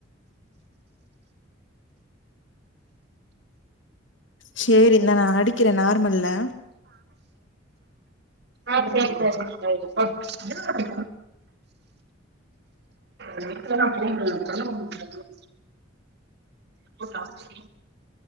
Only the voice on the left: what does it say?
செரி இந்த நா அடிக்கிற நார்மல்ல